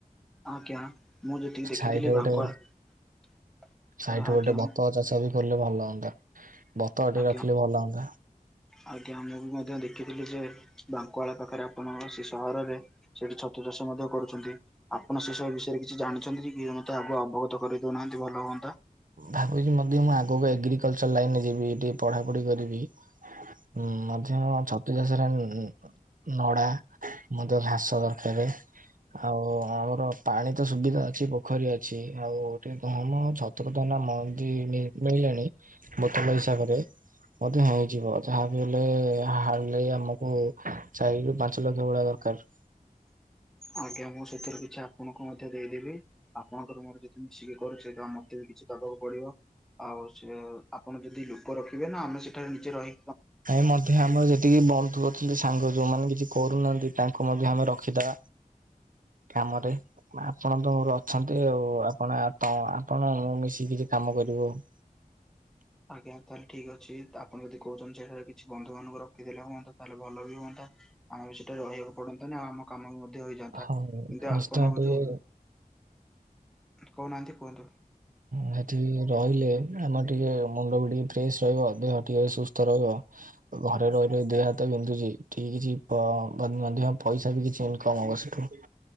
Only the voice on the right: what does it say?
ସାଇଡରେ
ଗୋଟେ ସାଇଡରେ
ଗୋଟେ ବତକ ଚାଷ ବି କଲେ ଭଲ ହୁଅନ୍ତା ବତକ ଟେ
ରଖିଲେ ଭଲ ହୁଅନ୍ତା।
ଭାବୁଛି ମଧ୍ୟ ମୁଁ ଆଗକୁ ଏଗ୍ରିକଲଚର ଲାଇନ ରେ ଯିବି ଟିକେ ପଢାପଢି କରିବି। ହଁ ମଧ୍ୟ ଛତୁ ଚାଶରେ ଉଁ ନଡ଼ା ମଧ୍ୟ ଘାସ ଦରକାର। ଆଉ ଆଉର ପାଣି ତ ସୁବିଧା ଅଛି ପୋଖରୀ ଅଛି ଆଉ ଟିକେ ଗମ ଛତ ତ <unintelligible> ମଞ୍ଜି ମିଳିଲାଣି ବୋତଲ ହିସାବରେ। ମଧ୍ୟ୍ୟ ହେଇଯିବ ଯାହା ବି ହେଲେ ହାରଲି ଆମକୁ ଚାରି ରୁ ପାଞ୍ଚ ଲକ୍ଷ ଭଳିଆ ଦରକାର।
ଆଇ ମଧ୍ୟ ଆମର ଯେତିକି ବନ୍ଧୁ ଅଛନ୍ତି ସାଙ୍ଗ ଯୋଉମାନେ କିଛି କରୁନାହାନ୍ତି ତାଙ୍କୁ ମଧ୍ୟ ଆମେ ରଖିଥା କାମରେ ଆପଣ ତ ମୋର ଅଛନ୍ତି ଆଉ ଆପଣ ତ ଆପଣ ମୁଁ ମିଶିକି କିଛି କାମ କରିବୁ ଆଉ।
ହଁ
ନିଶ୍ଚୟ
ଟିକେ
ହେଠି ରହିଲେ ଆମର ଟିକେ ମୁଣ୍ଡ ବି ଟିକେ ଫ୍ରେସ୍ ରହିବ ଦେହ ଟିକେ ସୁସ୍ଥ ରହିବ। ଘରେ ରହିଲେ ଦେହ ହାତ ବିନ୍ଧୁଚି <unintelligible> କିଛି ପ ମଧ୍ୟ ପଇସା ବି କିଛି ଇନକମ୍ ହବ ସେ <inaudible>